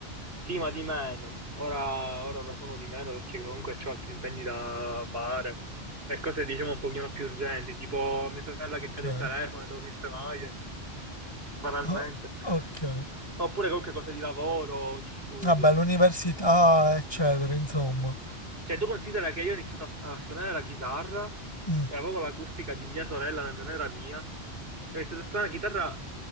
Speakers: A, on the right (about 60°); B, on the left (about 25°).
A: sì, ma di meno. Ora, ora la suono di meno perché comunque ho altri impegni da fare e cose diciamo un pochino più urgenti, tipo mia sorella
B: Ok,
A: che cade il telefono e devo sistemargli, banalmente.
B: Ah, ok.
A: Oppure comunque cose di lavoro o di studio.
B: Vabbè, l'università, eccetera, insomma.
A: Cioè, tu considera che io ho iniziato a, a suonare la chitarra
B: Mm,
A: e avevo l'acustica di mia sorella, nemmeno era mia. E ho iniziato a suonare la chitarra